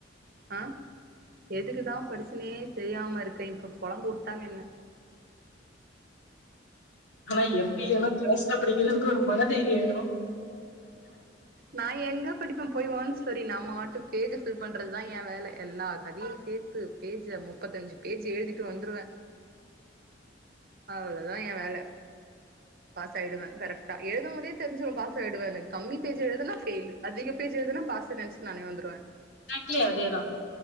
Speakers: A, on the right; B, on the left.
A: ஆ எதுக்கு ஏந்தா படிச்சனே தெரியாம இருக்கே இப்ப பொழம்ப வுட்டாங்க என்ன
B: ஆனா
A: ம்
B: எம் பி ஏல்லா கரஸ்ல படிக்கிறதுக்கு ஒரு மனதைரியோ வேணு
A: நா எங்க படிப்பே போய் ஓன் ஸ்டோரி நாம வாட்ட பேஜ பில் பண்றதுதா ஏ வே ல எல்லா கதயையு சேத்து பேஜ முப்பத் அஞ்சி பேஜ் எழுதீட்டு வந்துருவே அவ்ளதா ஏ வேல பாஸ் ஆய்டுவே கரெக்டா எழுதும்போதே தெரிஞ்சுரு பாஸ் ஆய்டுவேன்னு கம்மி பேஜ் எழுதுனா பெயில் அதிக பேஜ் எழுதுனா பாஸ்ன்னு நெனச்சி நானே வந்துருவே
B: காக்கியே அதேதா